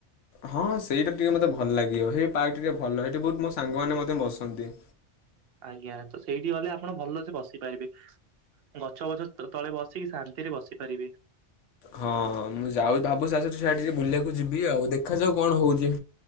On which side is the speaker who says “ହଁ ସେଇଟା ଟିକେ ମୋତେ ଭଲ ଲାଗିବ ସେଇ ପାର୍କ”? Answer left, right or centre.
Left